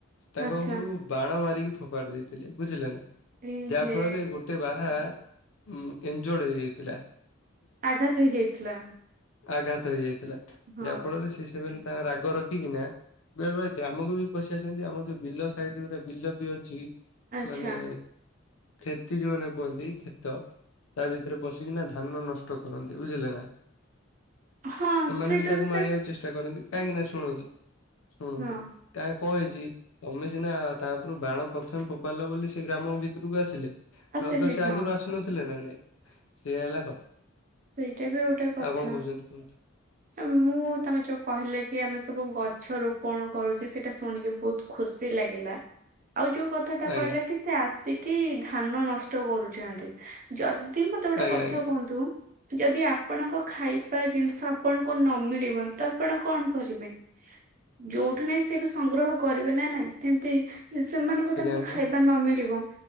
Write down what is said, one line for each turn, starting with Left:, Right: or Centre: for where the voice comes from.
Left: ତାଙ୍କ
Right: ଆଚ୍ଛା
Left: ଉପରକୁ ବାଣ ମାରିକି ଫୋପାଡ଼ି ଦେଇଥିଲେ ବୁଝିଲେ ନା
Right: ଏ
Left: ଯା
Right: ହେ
Left: ଫଳରେ ଗୋ ଟେ ବାର୍ ହା ଉଁ ଏନଜୋଡ୍ ହେଇଯାଇଥିଲା।
Right: ଆଘାତ୍ ହେଇଯାଇଥିଲା।
Left: ଆଘାତ୍ ହେଇଯାଇଥିଲା
Right: ହଁ
Left: ଯା ଫଳରେ ସିଏ ସିଭିନ୍ ତା ରାଗ ରଖିକିନା ବେଳେ ବେଳେ ଗ୍ରାମକୁ ବି ପଶି ଆସନ୍ତି ଆମର ଯୋଉ ବିଲ ସାଇଡ୍ ଗୋଟେ ବିଲ ବି ଅଛି
Right: ଆଚ୍ଛା
Left: ମାନେ କ୍ଷତି ଯୋଉମାନେ କୁହନ୍ତି କ୍ଷେତ ତା ଭିତରେ ପଶିକିନା ଧାନ ନଷ୍ଟ କରନ୍ତି ବୁଝିଲେ ନା
Right: ହଁ
Left: ଏମାନେ
Right: ସେଇଟା
Left: ବି ତାକୁ
Right: ତ
Left: ମାରିଆକୁ
Right: ସେ
Left: ଚେଷ୍ଟା କରନ୍ତି କାହିଁକି ନା ଶୁଣନ୍ତୁ ଶୁଣନ୍ତୁ
Right: ହଁ
Left: କା କଣ ହେଇଛି ତମେ ସିନା ତା ଉପରୁ ବାଣ ପ୍ରଥମେ ଫୋପାଡିଲ ବୋଲି ସେ ଗ୍ରାମ ଭିତରକୁ ଆସିଲେ। ନହେଲେ
Right: ଆସିଲେ
Left: ତ ସେ
Right: ହଁ
Left: ଆଗରୁ ଆସୁନଥିଲେ ନା ନାଇଁ ସେଇଆ ହେଲା କଥା।
Right: ସେଇଟା ବି ଗୋଟେ କଥା।
Left: ଆଉ କଣ କହୁଛନ୍ତି କୁହନ୍ତୁ
Right: ମୁଁ ତମେ ଯୋଉ କହିଲେ କି ଆମେ ସବୁ ଗଛ ରୋପଣ କରୁଚୁ ସେଇଟା ଶୁଣିକି ବହୁତ୍ ଖୁସି ଲାଗିଲା। ଆଉ ଯୋଉ କଥା ଟା
Left: ଆଜ୍ଞା
Right: କହିଲେ କି ସେ ଆସିକି ଧାନ ନଷ୍ଟ କରୁଚନ୍ତି। ଯଦି ମତେ ଗୋଟେ
Left: ଆଜ୍ଞା
Right: କଥା
Left: ଆଜ୍ଞା
Right: କୁହନ୍ତୁ ଯଦି ଆପଣଙ୍କ ଖାଇବା ଜିନିଷ ଆପଣଙ୍କୁ ନମିଳିବ ତ ଆପଣ କଣ କରିବେ? ଯୋଉଠୁ ନାଇଁ ସେଇଠୁ ସଂଗ୍ରହ କରିବେ ନା ନାଇଁ। ସେମିତି ଯଦି ସେମାନଙ୍କୁ ତାଙ୍କୁ
Left: ଆଜ୍ଞା
Right: ଖାଇବା ନ ମିଳିବ।